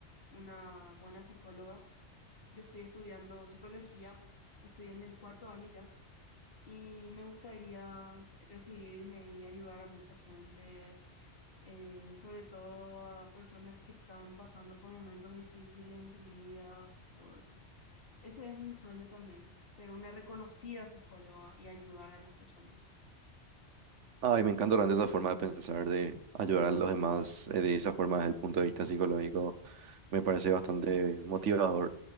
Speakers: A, on the left; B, on the right.
A: una buena psicóloga. Yo estoy estudiando psicología, estoy en el cuarto año ya, y me gustaría recibirme y ayudar a mucha gente, eh, sobre todo a personas que están pasando por momentos difíciles en sus vidas, todo eso. Ese es mi sueño también, ser una reconocida psicóloga y ayudar a las personas.
B: Ay, me encanta realmente esa forma de pensar, de ayudar a los demás eh, de esa forma desde el punto de vista psicológico. Me parece bastante motivador.